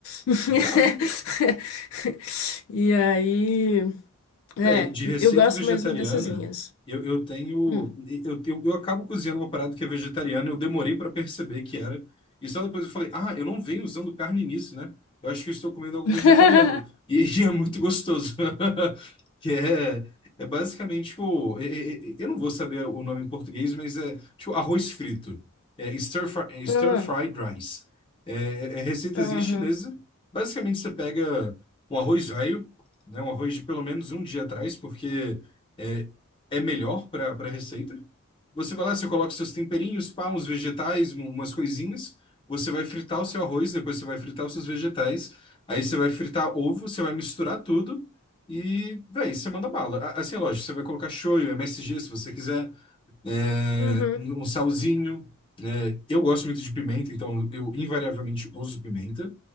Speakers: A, on the left; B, on the left.
A: <laughs>
B: brabo.
A: E aí, é,
B: Bem, de receita
A: eu gosto
B: vegetariana,
A: mesmo dessas linhas.
B: eu, eu tenho.
A: Hum.
B: Eu, eu, eu acabo cozinhando uma parada que é vegetariana, eu demorei para perceber que era. E só depois eu falei, ah, eu não venho usando carne nisso, né? Eu acho que eu estou comendo algo
A: <laughs>
B: vegetariano. E, <laughs> é muito gostoso. <laughs> Que é, é basicamente, tipo, é- é- é- eu não vou saber o nome em português, mas é tipo arroz frito. É stir, fri- é stir
A: Hum,
B: fried rice. É, é receitazinha
A: Aham,
B: chinesa. Basicamente, você pega um arroz velho né? Um arroz de pelo menos um dia atrás, porque é, é melhor para para receita. Você vai lá, você coloca seus temperinhos, pá, uns vegetais, um- umas coisinhas. Você vai fritar o seu arroz, depois você vai fritar os seus vegetais. Aí você vai fritar ovo, você vai misturar tudo e, véi, você manda bala. A- Assim, é lógico, você vai colocar shoyu, MSG, se você quiser é,
A: uhum,
B: um salzinho, né? Eu gosto muito de pimenta, então eu invariavelmente uso pimenta.